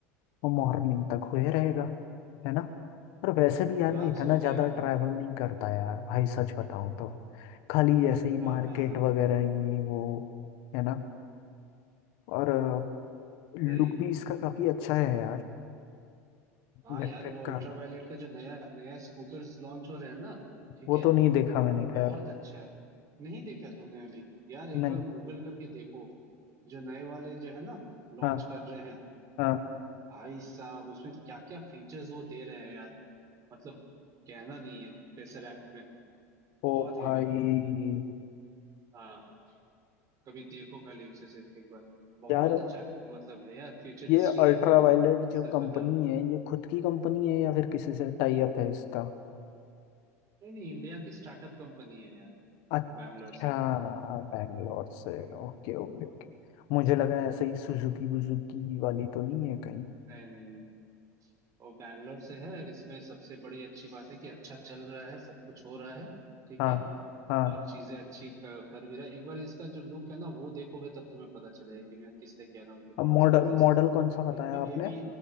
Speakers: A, on the left; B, on the right.
A: और मॉर्निंग तक हुए रहेगा है ना और वैसे भी यार
B: आराम
A: मैं इतना
B: से हो जाएगा
A: ज़्यादा ट्रैवल नहीं करता यार भाई सच बताऊँ तो खाली ऐसे ही
B: हाँ
A: मार्केट
B: हाँ हाँ
A: वगैरह ये वो है ना और लुक
B: सही है
A: भी इसका काफ़ी अच्छा है यार
B: हाँ
A: इलेक्ट्रिक
B: यार वो अल्ट्रा
A: का
B: वायलेट का जो नया नया स्कूटर्स लॉन्च हो रहे हैं ना ठीक
A: वो
B: है
A: तो नहीं देखा मैंने
B: वो
A: खैर
B: बहुत अच्छा है नहीं देखा तुमने अभी यार एक
A: नहीं
B: बार गूगल करके देखो जो नए वाले जो है ना लॉन्च
A: हाँ
B: कर रहे हैं
A: हाँ
B: भाई साहब उसमें क्या क्या फीचर्स वो दे रहे हैं यार मतलब कहना नहीं है टेसरैक्ट में बहुत
A: ओ
B: हेवी
A: भाई
B: हाँ कभी देखो खाली उसे सिर्फ एक बार बहुत
A: यार
B: अच्छा मतलब है यार फ्यूचरिस्टिक
A: ये अल्ट्रा
B: एकदम
A: वायलेट जो
B: सच
A: कंपनी
B: बता रहा हूँ
A: है ये खुद की कंपनी है या फिर किसी से टाई अप है इसका
B: नहीं नहीं इंडिया की स्टार्टअप कंपनी है यार
A: अच्छा
B: बैंगलोर से
A: बैंगलोर से
B: हम्म,
A: ओके ओके ओके मुझे लगा ऐसे ही सुजुकी वुजुकी वाली तो नहीं है कहीं
B: नहीं नहीं नहीं और बैंगलोर से है और इसमें सबसे बड़ी अच्छी बात है कि अच्छा चल रहा है सब कुछ हो रहा है ठीक
A: हाँ
B: है
A: हाँ
B: और चीजें अच्छी कर, कर भी रहा है एक बार इसका जो लुक है ना वो देखोगे तब तुम्हें पता चलेगा कि मैं किस लिए कह रहा हूँ कि बहुत
A: अब मॉडल
B: जबरदस्त
A: मॉडल कौन
B: है
A: सा बताया
B: इसमें
A: आपने
B: एबी